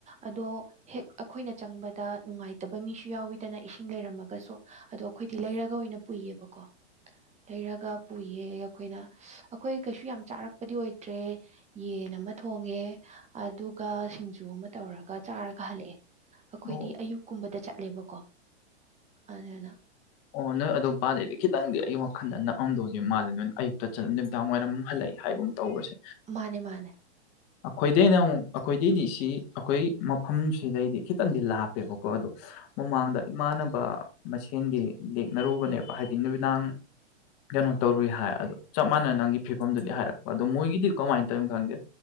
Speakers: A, on the right (about 20°); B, on the left (about 40°).
A: ꯑꯗꯣ ꯍꯦꯛ ꯑꯩꯈꯣꯏꯅ ꯆꯪꯕꯗ ꯅꯨꯡꯉꯥꯏꯇꯕ ꯃꯤꯁꯨ ꯌꯥꯎꯋꯤꯗꯅ ꯏꯁꯤꯡ ꯁꯤꯡ ꯂꯩꯔꯝꯃꯒꯁꯨ ꯑꯗꯣ ꯑꯩꯈꯣꯏꯗꯤ ꯂꯩꯔꯒ ꯑꯣꯏꯅ ꯄꯨꯏꯌꯦꯕꯀꯣ ꯂꯩꯔꯒ ꯄꯨꯌꯦ ꯑꯩꯈꯣꯏꯅ ꯑꯩꯈꯣꯏ ꯀꯩꯁꯨ ꯌꯥꯝ ꯆꯥꯔꯛꯄꯗꯤ ꯑꯣꯏꯗ꯭ꯔꯦ ꯌꯦꯟ ꯑꯃ ꯊꯣꯡꯉꯦ ꯑꯗꯨꯒ ꯁꯤꯡꯖꯨ ꯑꯃ ꯇꯧꯔꯒ ꯆꯥꯔꯒ ꯍꯜꯂꯛꯑꯦ ꯑꯩꯈꯣꯏꯗꯤ
B: ꯑꯣ
A: ꯑꯌꯨꯛꯀꯨꯝꯕꯗ ꯆꯠꯂꯦꯕꯀꯣ ꯑꯗꯨꯅ
B: ꯑꯣ ꯅꯣꯏ ꯑꯗꯣꯝ ꯄꯄꯥꯗꯩꯗꯤ ꯈꯤꯇꯪꯗꯤ ꯑꯩ ꯋꯥꯈꯜꯗ ꯅꯛꯑꯝꯗꯧꯗꯤ ꯃꯥꯜꯂꯦ ꯅꯣꯏ ꯑꯌꯨꯛꯇ ꯆꯂ ꯅꯨꯃꯤꯗꯥꯡ ꯋꯥꯏꯔꯝ ꯍꯜꯂꯛꯏ ꯍꯥꯏꯕ ꯇꯧꯕꯁꯦ
A: ꯃꯥꯅꯦ ꯃꯥꯅꯦ
B: ꯑꯩꯈꯣꯏꯗꯩꯅ ꯑꯃꯨꯛ ꯑꯩꯈꯣꯏꯗꯩꯗꯤ ꯁꯤ ꯑꯩꯈꯣꯏ ꯃꯐꯝꯁꯤꯗꯩꯗꯤ ꯈꯤꯇꯪꯗꯤ ꯂꯥꯞꯄꯦꯕꯀꯣ ꯑꯗꯣ ꯃꯃꯥꯡꯗ ꯏꯃꯥꯟꯅꯕ ꯃꯁꯦꯟꯒꯤ ꯂꯦꯛꯅꯔꯨꯕꯅꯦꯕ ꯍꯥꯏꯗꯤ ꯅꯨꯃꯤꯗꯥꯡ ꯀꯩꯅꯣ ꯇꯧꯔꯨꯏ ꯍꯥꯏ ꯑ ꯆꯞ ꯃꯥꯟꯅ ꯅꯪꯒꯤ ꯐꯤꯕꯝꯗꯨꯗꯤ ꯍꯥꯏꯔꯛꯄ ꯑꯗꯣ ꯃꯣꯏꯒꯤꯗꯤ ꯀꯃꯥꯏꯅ ꯇꯧꯔꯤꯅꯣ ꯈꯪꯗꯦ